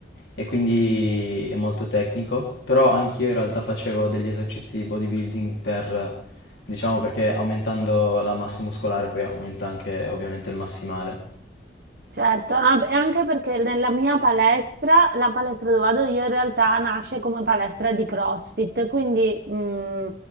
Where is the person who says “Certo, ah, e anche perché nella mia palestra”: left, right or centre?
Right